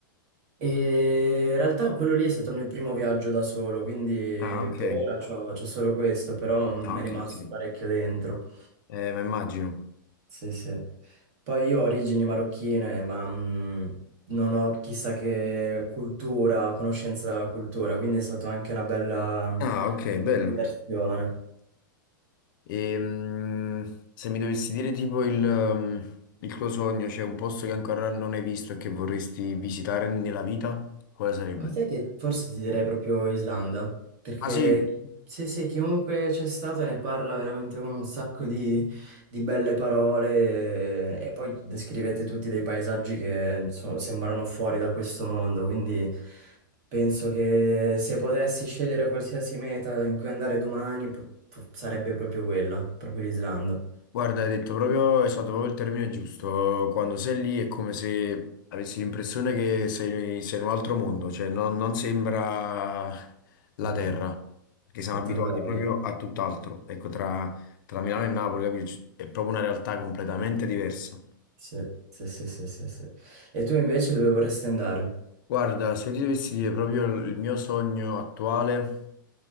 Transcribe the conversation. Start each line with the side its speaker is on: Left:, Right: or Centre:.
Right: E in realtà quello lì è stato il mio primo viaggio da solo, quindi
Left: Ah, ok.
Right: per ora c'ho, c'ho solo questo, però mi
Left: Ah,
Right: è
Left: ok,
Right: rimasto
Left: ok.
Right: parecchio dentro.
Left: Eh, ma immagino.
Right: Sì, sì. Poi io ho origini marocchine, ma mm, non ho chissà che cultura, conoscenza della cultura, quindi è stata anche una bella
Left: Ah, ok, bello.
Right: immersione.
Left: E, mm, se mi dovessi dire tipo il, mm, il tuo sogno, c'è un posto che ancora non hai visto e che vorresti visitare nella vita, quale sarebbe?
Right: Ma sai che forse ti direi proprio Islanda, perché
Left: Ah sì,
Right: sì, sì, chiunque c'è stato ne parla veramente con un sacco di, di belle parole e poi descrivete tutti dei paesaggi che insomma, sembrano fuori da questo mondo, quindi penso che se potessi scegliere qualsiasi meta in cui andare domani p- p- sarebbe proprio quella, proprio l'Islanda.
Left: Guarda, hai detto proprio, esatto, proprio il termine giusto. Quando sei lì è come se avessi l'impressione che sei, sei in un altro mondo, cioè non, non sembra la
Right: Mm,
Left: terra, perché
Right: spettacolare.
Left: siamo abituati proprio a tutt'altro. Ecco, tra, tra Milano e Napoli, capito? C- È proprio una realtà completamente diversa.
Right: Sì, sì, sì, sì, sì, sì. E tu invece dove vorresti andare?
Left: Guarda, se io ti dovessi dire proprio il il mio sogno attuale,